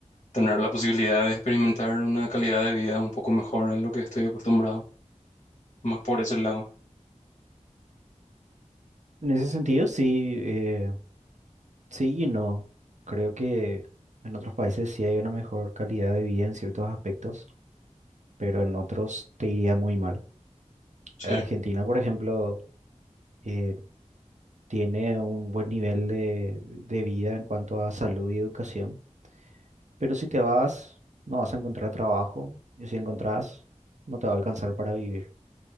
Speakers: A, on the left (about 50°); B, on the right (about 70°).
A: tener la posibilidad de experimentar una calidad de vida un poco mejor a lo que estoy acostumbrado, más por ese lado.
B: En ese sentido, sí. eh, Sí y no. Creo que en otros países sí hay una mejor calidad de vida en ciertos aspectos, pero en otros te iría muy mal.
A: Sí.
B: Argentina, por ejemplo, eh, tiene un buen nivel de, de vida en cuanto a salud y educación, pero si te vas, no vas a encontrar trabajo, y si encontrás, no te va a alcanzar para vivir,